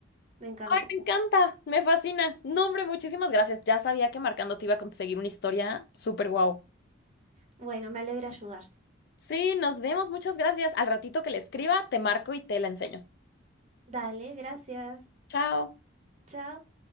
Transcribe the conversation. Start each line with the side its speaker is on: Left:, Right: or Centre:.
Right: me encanta.
Left: Ay, me encanta, me fascina. No, hombre, muchísimas gracias. Ya sabía que marcando te iba a conseguir una historia súper guau.
Right: Bueno, me alegra ayudar.
Left: Sí, nos vemos, muchas gracias. Al ratito que le escriba, te marco y te la enseño.
Right: Dale, gracias.
Left: Chao.
Right: Chao.